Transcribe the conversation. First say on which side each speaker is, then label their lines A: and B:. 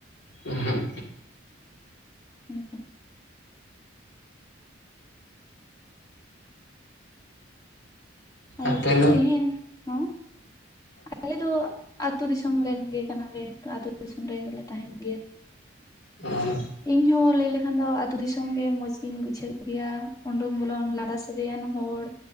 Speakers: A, on the left; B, on the left.
A: ᱮᱸ ᱦᱮᱸᱜ᱾
B: ᱦᱮᱸ ᱛᱚ᱾ ᱟᱨ
A: ᱟᱯᱮ ᱫᱚ
B: ᱛᱮᱦᱮᱧ ᱦᱚᱸ, ᱟᱞᱮ ᱫᱚ ᱟᱹᱛᱩ ᱫᱤᱥᱚᱢ ᱨᱮᱱ ᱜᱮ ᱠᱟᱱᱟ ᱞᱮ ᱟᱹᱛᱩ ᱫᱤᱥᱚᱢ ᱨᱮᱜᱮ ᱞᱮ ᱛᱟᱦᱮᱱ ᱜᱮᱭᱟ᱾
A: ᱦᱩᱸ
B: ᱤᱧ ᱦᱚᱸ ᱞᱟᱹᱭ ᱞᱮᱠᱷ ᱮᱱᱠᱷᱟᱱ ᱫᱚ ᱟᱛᱳ ᱫᱤᱥᱚᱢ ᱜᱮ ᱢᱚᱸᱡᱽ ᱜᱤᱧ ᱵᱩᱡᱷᱟᱹᱣ ᱜᱮᱭᱟ, ᱩᱰᱩᱠ ᱵᱚᱞᱚᱱ ᱞᱟᱸᱫᱟ ᱥᱟᱹᱜᱟᱹᱭᱟᱱ ᱦᱚᱲ᱾